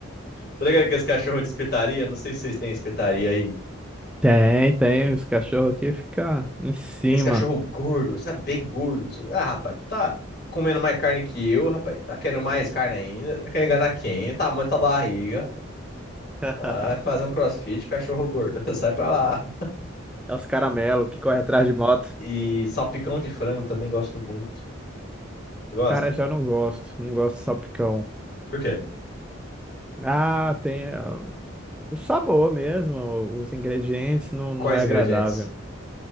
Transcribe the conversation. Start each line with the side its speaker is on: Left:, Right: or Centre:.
Left: Tá ligado que esse cachorro é de espetaria? Não sei se vocês têm espetaria aí.
Centre: Tem, tem. Os cachorros aqui ficam em cima.
Left: Aqueles cachorro gordo, sabe? Bem gordo. Ah, rapaz, tu tá comendo mais carne que eu, rapaz. Tá querendo mais carne ainda? Tá querendo enganar quem? Tá tamanho da tua barriga. rapaz.
Centre: <laughs>
Left: Vai fazer um crossfit, cachorro gordo. <laughs> Sai pra lá.
Centre: É os caramelo que corre atrás de moto.
Left: E salpicão de frango também gosto muito. Gosta?
Centre: Cara, já não gosto. Não gosto de salpicão.
Left: Por quê?
Centre: Ah, tem eh, o sabor mesmo. Os ingredientes não, não
Left: Quais
Centre: é agradável.
Left: ingredientes?